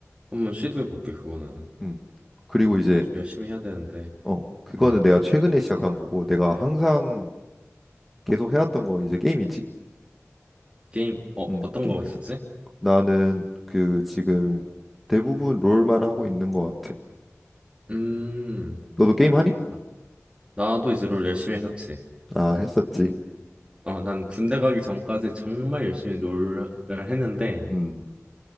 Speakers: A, on the right; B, in the centre.
A: 한번 시도해 볼게 그거는.
B: 음. 그리고
A: 아,
B: 이제
A: 좀 열심히 해야 되는데.
B: 어, 그거는
A: 음.
B: 내가 최근에 시작한 거고 내가 항상 계속 해왔던 건 이제 게임이지.
A: 게임 어
B: 음,
A: 어떤
B: 게임
A: 거
B: 계속했어.
A: 했었지?
B: 나는 그 지금 대부분 롤만 하고 있는 것 같아.
A: 음.
B: 너도 게임 하니?
A: 아, 나도 이제 롤 열심히 했었지.
B: 아, 했었지.
A: 어, 난 군대 가기 전까지 정말 열심히 롤을 했는데,
B: 음,